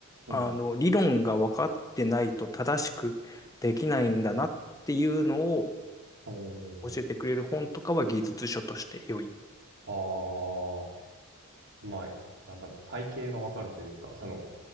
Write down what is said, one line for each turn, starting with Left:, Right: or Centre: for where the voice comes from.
Right: うん、
Left: あの、
Right: うん、
Left: 理論が分かってないと正しくできないんだなっていうのを
Right: おー
Left: 教えてくれる本とかは技術書として良い。
Right: ああ、まあ、なんだろう、体系がわかるというか、その、